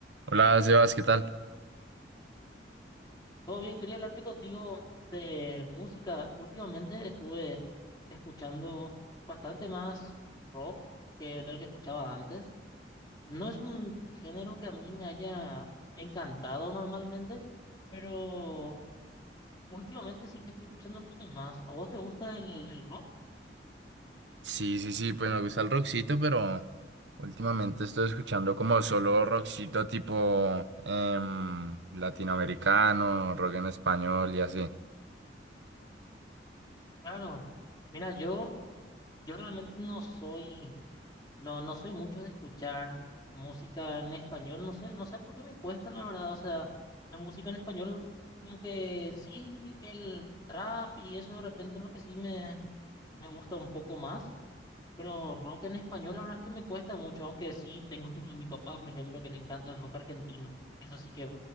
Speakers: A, on the right (about 80°); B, on the left (about 25°).
A: Hola, Sebas, ¿qué tal?
B: Todo bien, quería hablarte contigo de música. Últimamente estuve escuchando bastante más rock que de lo que escuchaba antes. No es un género que a mí me haya encantado normalmente, pero últimamente sí que estoy escuchando un poco más. ¿A vos te gusta el, el rock?
A: Sí, sí, sí, pues me gusta el rockcito, pero últimamente estoy escuchando como solo rockcito tipo em, latinoamericano, rock en español y así.
B: Claro. Mira, yo, yo realmente no soy No, no soy mucho de escuchar música en español, no sé, no sé por qué me cuesta, la verdad, o sea, la música en español, como que sí, el trap y eso de repente es lo que sí me, me gusta un poco más, pero rock en español, la verdad es que me cuesta mucho, aunque sí tengo <laughs> a mi papá, por ejemplo, que le encanta el rock argentino, eso sí que,